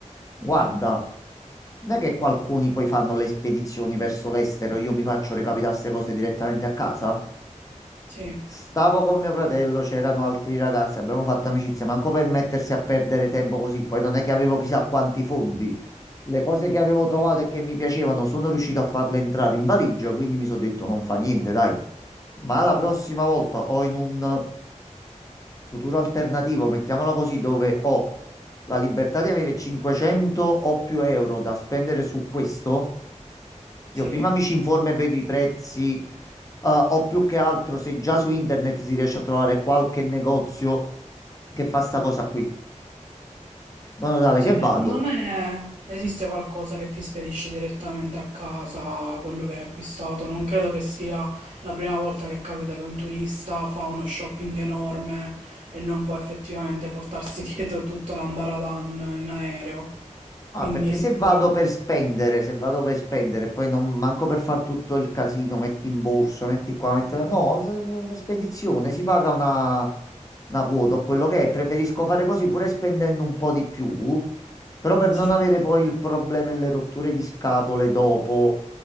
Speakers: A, on the left (about 25°); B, on the right (about 60°).
A: guarda,
B: Mm,
A: non è che qualcuno poi fanno le spedizioni verso l'estero, io mi faccio recapitare queste cose direttamente a casa.
B: Sì,
A: Stavo con mio fratello, c'erano altri ragazzi, abbiamo fatto amicizia, manco per mettersi a perdere tempo così, poi non è che avevo chissà quanti fondi. Le cose che avevo trovato e che mi piacevano sono riuscito a farle entrare in valigia, quindi mi sono detto non fa niente, dai. Ma la prossima volta o in un futuro alternativo, mettiamola così, dove ho la libertà di avere 500 o più euro da spendere su questo, io
B: sì.
A: prima mi ci informo e vedo i prezzi, eh, o più che altro se già su internet si riesce a trovare qualche negozio che fa sta cosa qui. In modo tale
B: Sì,
A: che vado.
B: secondo me esiste qualcosa che ti spedisce direttamente a casa quello che hai acquistato. Non credo che sia la prima volta che capita che un turista fa uno shopping enorme e non può effettivamente portarsi <laughs> dietro tutto l'ambaradan in aereo. Quindi
A: Ah, perché
B: esisterà.
A: se vado per spendere, se vado per spendere, poi non manco per far tutto il casino, metti in borsa, metti qua, metti là. No, s- spedizione, si paga una, una quota o quello che è. Preferisco fare così pure spendendo un po' di più, però per
B: Sì.
A: non avere poi il problema e le rotture di scatole dopo,